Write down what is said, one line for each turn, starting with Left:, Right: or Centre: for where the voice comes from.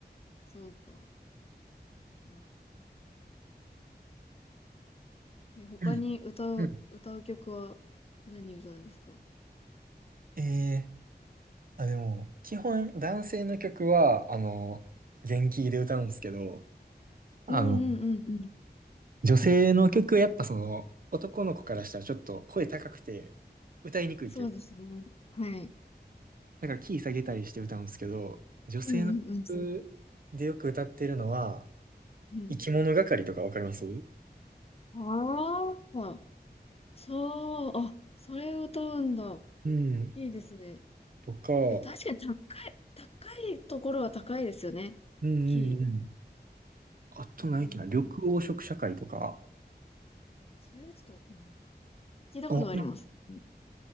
Left: そうか。どうなんだろうな。え、他に歌う、
Right: うんうん
Left: 歌う曲は何歌うんですか
Right: えーあ、でも、基本男性の曲は、あの、元気で歌うんですけど、あの、
Left: うんうんうんうん。
Right: 女性の曲はやっぱその、男の子からしたらちょっと声高くて歌いにくいっていうか、
Left: そうですね。はい。
Right: だからキー下げたりして歌うんですけど、女性の曲でよく歌ってるのは、
Left: うんうんうん。うん
Right: 生き物係とかわかります
Left: ああ、そう、あ、それを歌うんだ。
Right: うん。
Left: いいですね。
Right: とか、
Left: で、確かに高い、
Right: う
Left: 高いところは高いですよね。
Right: んうんうん。
Left: キ
Right: あと何やっけな、
Left: ー。えー、
Right: 緑黄色社会とか、
Left: それはちょっとわかんないな。聞いたことがあります。
Right: あ、
Left: うん